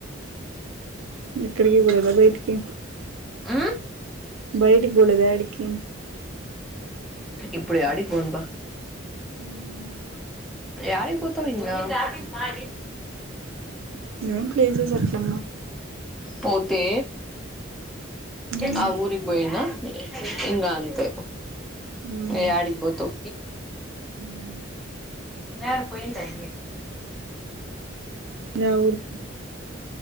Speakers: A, on the right (about 80°); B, in the centre.
A: ఇక్కడికి బోద బైటికి
B: ఆ
A: బయటికి పోలేదా ఏడికి
B: ఇప్పుడు యాడికిపోనుబా
A: ఉమ్
B: యాడిక్ పోతావ్ ఇంగ ఆ
A: ఏవో ప్లేస అట్ల
B: పోతే
A: మ్మ్
B: ఆ ఊరికి పోయినా ఇంగ అంతె
A: మ్మ్
B: యాడికి పోతం
A: మ్మ్
B: ఆ పోయిండు అయిన
A: యా ఊరికి